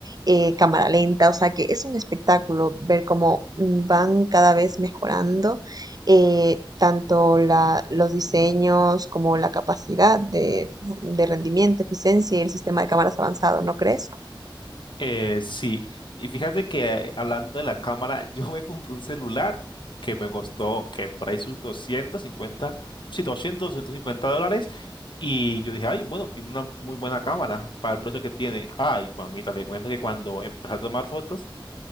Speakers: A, on the right; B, on the left.
A: eh, cámara lenta, o sea que es un espectáculo ver cómo mm, van cada vez mejorando eh, tanto la- los diseños como la capacidad de, de rendimiento, eficiencia y el sistema de cámaras avanzado, ¿no crees?
B: Eh, sí, y fíjate que eh, hablando de la cámara, <laughs> yo me compré un celular que me costó que por ahí sus doscientos cincuenta sí, doscientos doscientos cincuenta dólares. Y yo dije, ay, bueno, tiene una muy buena cámara para el precio que tiene. Ay, mamita, le cuento que cuando empecé a tomar fotos,